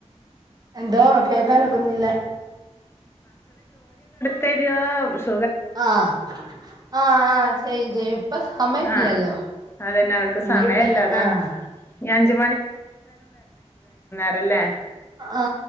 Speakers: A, on the right; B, on the left.
A: എന്തോ കേക്കാനൊക്കുന്നില്ല
B: തരുവോ
A: ആഹ് ആഹ് ആ ചെയ്യും ചെയ്യും ഇപ്പൊ സമയംല്ലല്ലോ
B: ആഹ് അതന്നെ അവർക്ക്
A: വീട്ടിൽ
B: സമയല്ല അതാണ്
A: ആഹ
B: ഇനി അഞ്ച് ല്ലേ
A: ആ